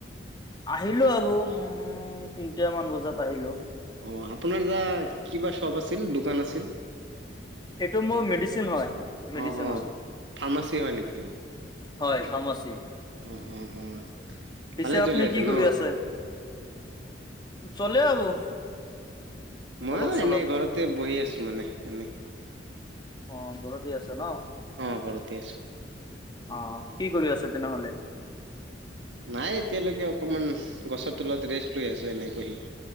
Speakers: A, on the left; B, on the right.
A: আহিলো আৰু উম, তিনটামান বজাত আহিলো।
B: অ', আপোনাৰ যা কিবা শ্বপ আছিল দোকান আছিল।
A: এইটো মোৰ মেডিচিন হয় মেডিচিনৰ
B: অ অ ফাৰ্মাচী হয় নেকি?
A: হয়, ফাৰ্মাচী।
B: অ
A: পিছে
B: অ অ ভালে চলি
A: আপুনি কি
B: ন?
A: কৰি আছে? চলে আৰু
B: ময়ো
A: অলপ চলপ
B: এনে ঘৰতে বহি আছোঁ মানে এনেই।
A: অ', ঘৰতে আছে ন'?
B: অ', ঘৰতে আছোঁ।
A: অ', কি কৰি আছে তেনেহলে?
B: নাই এতিয়ালৈকে অকমান গছৰ তলত ৰেষ্ট লৈ আছোঁ এনেই বহি।